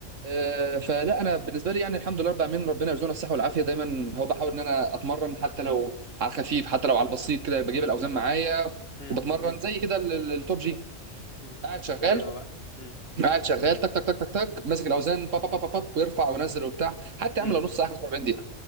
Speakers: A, on the right (about 75°); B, on the left (about 50°).
A: آه، فلا انا بالنسبه لي يعني الحمد لله رب العالمين ربنا يرزقنا الصحه والعافيه دايما هو بحاول ان انا اتمرن حتى لو على الخفيف حتى لو على البسيط كده بجيب الاوزان معايا
B: مم.
A: وبتمرن
B: مم.
A: زي كده ال- ال- التوب جي
B: مم.
A: قاعد شغال
B: ايوه بقى مم.
A: قاعد شغال تك تك تك تك تك ماسك الاوزان با با با با با ويرفع وينزل وبتاع حتى
B: مم.
A: يعمل لو نص ساعه 45 دقيقه